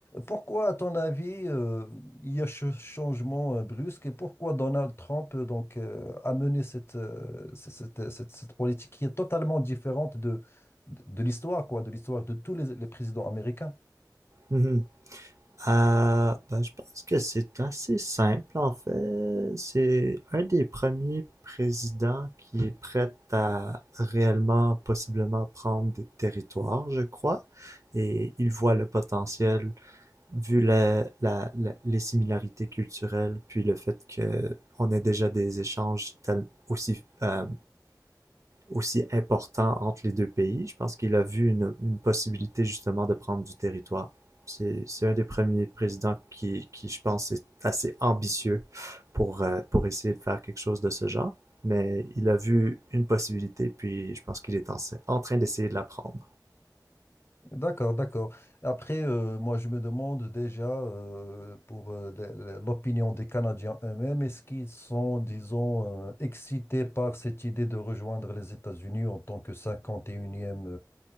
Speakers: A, on the left; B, on the right.
A: Pourquoi, à ton avis, euh, il y a ce changement euh, brusque et pourquoi Donald Trump euh, donc, euh, a mené cette, euh, c- cette, cette- cette politique qui est totalement différente de, de, de l'histoire, quoi, de l'histoire de tous les les présidents américains?
B: Mhm. Ah, ben, je pense que c'est assez simple, en fait. C'est un des premiers présidents qui est prêt à réellement, possiblement prendre des territoires, je crois. Et il voit le potentiel vu la, la, la- les similarités culturelles, puis le fait que on a déjà des échanges tel- aussi, euh, aussi importants entre les deux pays, je pense qu'il a vu une, une possibilité justement de prendre du territoire. C'est, c'est un des premiers présidents qui, qui, je pense, est assez ambitieux pour, euh, pour essayer de faire quelque chose de ce genre. Mais il a vu une possibilité, puis je pense qu'il est en, en train d'essayer de la prendre.
A: D'accord, d'accord. Après, euh, moi, je me demande déjà euh, pour euh, le- le- l'opinion des Canadiens eux-mêmes, est-ce qu'ils sont, disons, euh, excités par cette idée de rejoindre les États-Unis en tant que 51e